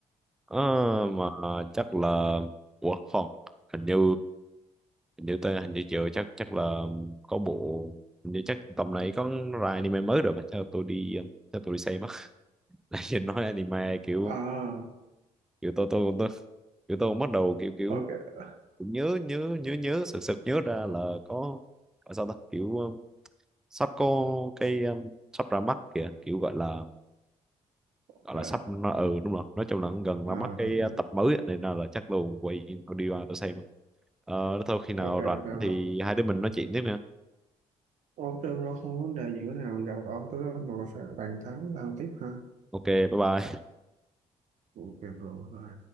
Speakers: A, in the centre; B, on the right (about 70°).
A: Ờ, mà chắc là ủa không hình như hình như tới hình như chưa chắc chắc là có bộ hình như chắc tầm này có ra anime mới rồi mà chắc là tôi đi ờ, chắc tôi đi xem á <laughs> nãy giờ nói anime kiểu
B: à
A: kiểu tôi tôi tôi kiểu tôi bắt đầu kiểu kiểu
B: ok
A: cũng nhớ nhớ nhớ nhớ sực sực nhớ ra là có gọi sao ta kiểu um, sắp có cái um, sắp ra mắt kìa kiểu gọi là
B: ok
A: gọi là sắp nó ừ đúng rồi nói chung là gần ra
B: à,
A: mắt cái uh, tập mới á, nên là, là chắc luôn quay tôi đi qua tôi xem Ờ, thôi khi nào
B: ok ok
A: rảnh
B: rồi
A: thì hai đứa mình nói chuyện tiếp nha
B: ok rồi không vấn đề gì nữa nào gặp ông tới ông ngồi phải bàn tán làm tiếp ha
A: ok bye bye
B: ok rồi